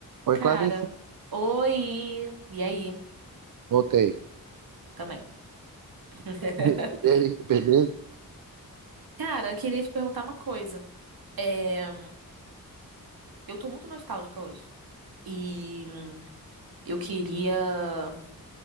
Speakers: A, on the right; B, on the right.
A: Oi,
B: Cara,
A: Clarissa.
B: oi! E aí?
A: Voltei.
B: Também. <laughs>
A: E aí, beleza?
B: Cara, eu queria te perguntar uma coisa. É, eu tô muito nostálgica hoje. E hum, eu queria.